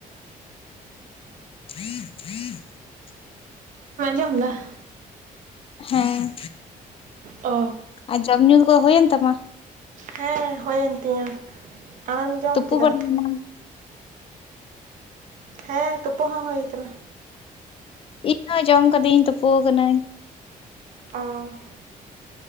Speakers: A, on the left; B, on the right.
A: <unintelligible>
B: ᱟᱸᱡᱚᱢ ᱫᱟ ᱾
A: ᱦᱮᱸ
B: ᱚ ᱾
A: ᱟᱨ ᱡᱚᱢ ᱧᱩ ᱫᱚ ᱠᱚ ᱦᱩᱭᱮᱱ ᱛᱟᱢᱟ?
B: ᱦᱮᱸ ᱦᱩᱭᱮᱱ ᱛᱤᱧᱟᱹ ᱟᱢᱮᱢ ᱡᱚᱢ
A: ᱛᱩᱯᱩ
B: ᱠᱮᱫᱟ?
A: ᱵᱟᱲᱟᱭᱮᱱᱟᱢ?
B: ᱦᱮᱸ ᱛᱩᱯᱩ ᱦᱚᱸ ᱦᱩᱭᱩ ᱟᱠᱟᱱᱟ᱾
A: ᱤᱧᱦᱚ ᱡᱚᱢ ᱠᱟᱹᱫᱟᱹᱧ ᱛᱩᱯᱩ ᱟᱠᱟᱱᱟᱹᱧ᱾
B: ᱚ ᱸᱻ ᱾